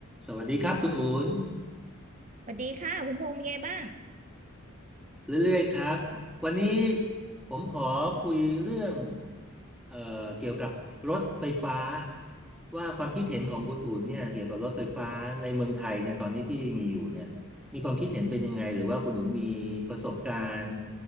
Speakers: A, in the centre; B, on the right.
A: สวัสดีครับคุณอูน
B: สวัสดีค่ะคุณพงษ์เป็นไงบ้าง
A: เรื่อยๆครับ วันนี้ผมขอคุยเรื่องเอ่อเกี่ยวกับรถไฟฟ้าว่าความคิดเห็นของคุณอูนเนี่ยเกี่ยวกับรถไฟฟ้าในเมืองไทยเนี่ยตอนนี้ที่มีอยู่เนี่ยมีความคิดเห็นเป็นยังไงหรือว่าคุณอูนมีประสบการณ์